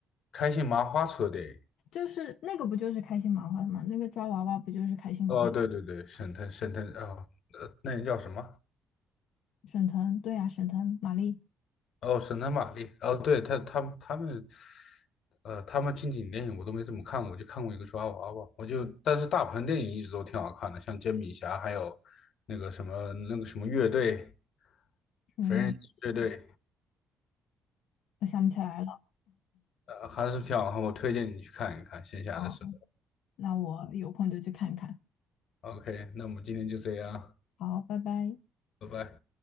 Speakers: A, on the left; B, on the left.
A: 开心麻花出的电影。
B: 就是那个不就是开心麻花的吗？那个抓娃娃不就是开心麻
A: 哦，对对对，沈腾沈腾啊，呃，那人叫什么？
B: 沈腾？对呀、沈腾、马丽、
A: 哦，神探玛丽，哦，对，他他们他们，呃，他们近几年电影我都没怎么看过，我就看过一个抓娃娃，我就，但是大鹏电影一直都挺好看的，像煎饼侠，还有那个什么那个什么乐队，
B: 什么月，
A: 缝人乐队，
B: 我想不起来了。
A: 呃，还是挺好看，我推荐你去看一看，线下的时候。
B: 哦，那我有空就去看看。
A: OK，那我们今天就这样，
B: 好，拜拜。
A: 拜拜。